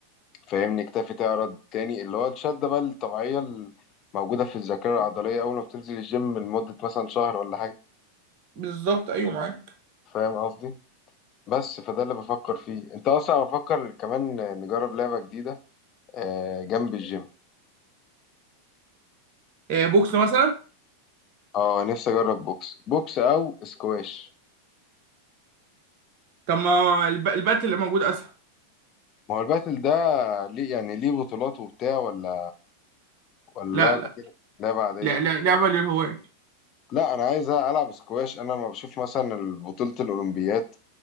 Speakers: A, on the left; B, on the right.
A: فاهمني كتافي تعرض تاني اللي هو الشده بقى الطبيعيه الموجوده في الذاكره العضليه اول ما بتنزل الجيم لمده مثلا شهر ولا حاجه
B: بالظبط ايوه معاك
A: فاهم قصدي بس فده اللي بفكر فيه انت اصلا بفكر كمان نجرب لعبة جديدة آه، جنب الجيم
B: آه، بوكس مثلا
A: اه نفسي اجرب بوكس بوكس او سكواش
B: طب ما الب- البات اللي موجود اسهل
A: ما هو الباتل ده ليه يعني ليه بطولات وبتاع ولا ولا
B: لا
A: لعبة
B: لا
A: كده لعبة عادية
B: لا لا لعبه للهواة
A: لا انا عايز العب سكواش انا لما بشوف مثلا بطولة الاولمبيات